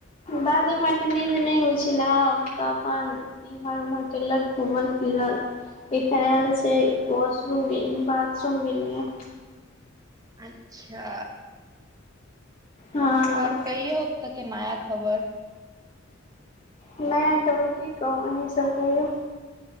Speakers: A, on the left; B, on the right.
A: दादीमा के नींद नय होइ छै न आ तऽ अपन इम्हर उम्हर केलक घूमल फिरल एखन आयल छै वाशरूम बाथरूम गेले ह
B: अच्छा
A: हँ
B: आर कहियौ ओत्तऽ के नया खबर।
A: नया खबर की कहू। अहीँसभ कहियौ।